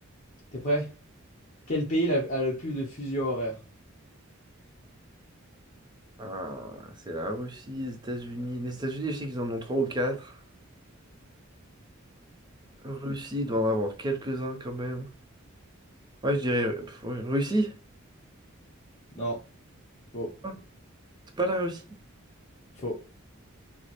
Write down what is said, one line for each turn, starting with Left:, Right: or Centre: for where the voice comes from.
Left: t'es prêt? Quel pays la- a, le plus de fuseaux horaires?
Right: ah, c'est la Russie, les États-Unis. Les États-Unis, je sais qu'ils en ont trois ou quatre. Russie, il doit en avoir quelques-uns quand même. Ouais, je dirais pff, ouais, Russie?
Left: Non, faux,
Right: Ah, C'est pas la Russie.
Left: faux.